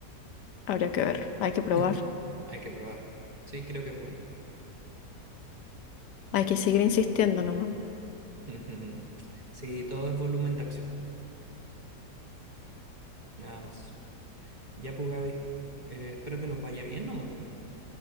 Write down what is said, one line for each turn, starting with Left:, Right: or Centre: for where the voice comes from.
Left: habría que ver, hay que
Right: <laughs>
Left: probar,
Right: Hay que probar. Sí, creo que es bueno.
Left: hay que seguir insistiendo nomás.
Right: <laughs> Sí, todo es volumen de acción, nada más. Ya pues, Gaby, eh, espero que nos vaya bien nomás.